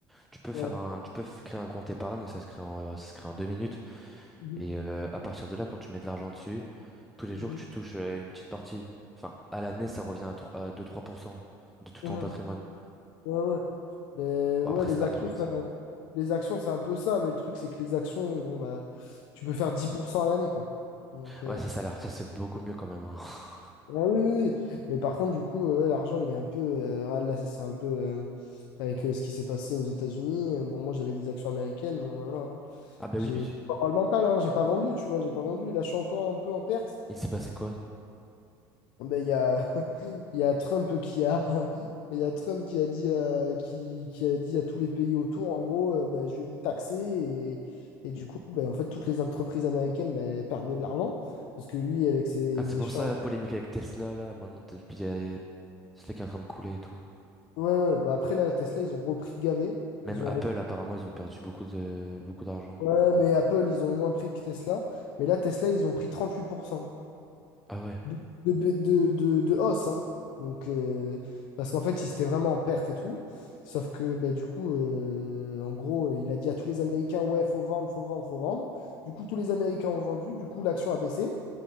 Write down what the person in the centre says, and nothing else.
tu peux faire
un, tu peux f- créer un compte épargne, ça se crée en, euh, ça se crée en deux minutes,
et euh, à partir de là, quand tu mets de l'argent dessus, tous les jours,
tu touches euh, une petite partie. Enfin, à l'année, ça revient à 3 à deux trois pour cent de tout
ton patrimoine.
Bon,
après,
c'est pas
pareil, ça.
Ouais, ça, ça a l'air, ça c'est beaucoup mieux quand même. hein. <laughs>
Ah bah
oui, mais tu-
il s'est passé quoi?
Ah, c'est
pour ça la polémique avec Tesla, là, maintenant, t'es- puis il y a- c'est qui est en train de couler et tout.
Même
Apple,
apparemment, ils ont perdu beaucoup de beaucoup d'argent.
Ah ouais.